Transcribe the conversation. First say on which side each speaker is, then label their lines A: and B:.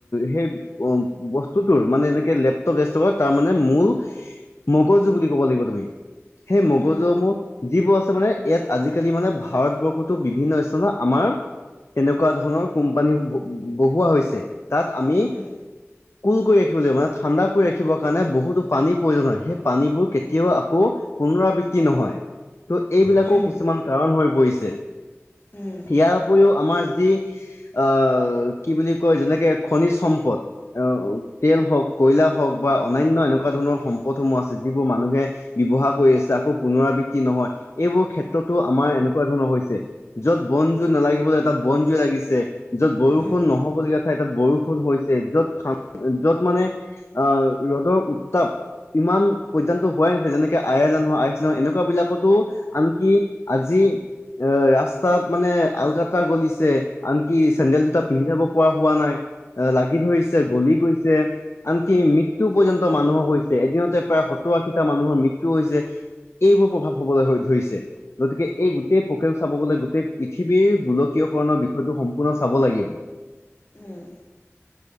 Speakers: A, on the left (about 60°); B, on the left (about 45°).
A: সেই অ', বস্তুটোৰ তাৰমানে এনেকে লেপটপ দেচটপৰ তাৰ মানে মোৰ মগজু বুলি ক'ব লাগিব তুমি, সেই
B: উম,
A: মগজুসমূহ যিবোৰ আছে মানে ইয়াত আজিকালি মানে ভাৰতবৰ্ষতো বিভিন্ন স্থানত আমাৰ তেনেকুৱা ধৰণৰ কোম্পানী ব বহোৱা হৈছে। তাত আমি
B: উম,
A: কুল কৰি ৰাখিব লাগিব। মানে ঠাণ্ডা কৰি ৰাখিবৰ কাৰণে বহুতো পানীৰ প্ৰয়োজন হয় সেই পানীবোৰ কেতিয়াও আকৌ পুনৰাবৃত্তি নহয়, ত' এইবিলাকো
B: উম,
A: কিছুমান কাৰণ হৈ পৰিছে,
B: উম,
A: ইয়াৰ উপৰিও আমাৰ যি আ, কি বুলি কয়, যেনেকে খনিজ সম্পদ। অ তেল হওঁক, কয়লা হওঁক বা অনান্য এনেকুৱা ধৰণৰ সম্পদসমূহ আছ যিবোৰ মানুহে ব্যৱহাৰ কৰি আছে আকৌ পুনৰাবৃত্তি নহয় এইবোৰ ক্ষেত্ৰতো আমাৰ এনেক নেকুৱা ধৰণৰ হৈছে য'ত বন জুই নালাগিব লগীয়া তাত বন জুই লাগিছে য'ত বৰষুণ
B: উম,
A: নহ'ব লগীয়া ঠাই তাত বৰষুণ হৈছে, য'ত য'ত মানে আঁ, ৰ'দৰ উত্তাপ ইমান পৰ্যন্ত হোৱাই নাছিলে যেনেকে আইয়াৰলেন আইচলেন হ'ক এনেকুৱা বিলাকতো আনকি আজি এ ৰাস্তাত মানে আলকাটৰা গলিছে, আনকি চেন্দেল যোটা পিন্ধি যাব পৰা হোৱা নাই, এ লাগি ধৰিছে গলি গৈছে। আনকি মৃত্যু পৰ্যন্ত মানুহৰ হৈছে। এদিনতে প্ৰায় সত্তৰ আশীটা মানুহৰ মৃত্যু হৈছে। এইবোৰ প্ৰভাৱ হ'বলৈ ধৰিছে। গতিকে এই গোটেই পক্ৰিয়াটো চাব গ'লে গোটেই পৃথিৱীৰ গোলকীয়কৰণৰ বিষয়টো সম্পূৰ্ণ চাব লাগিব। <inaudible>
B: উম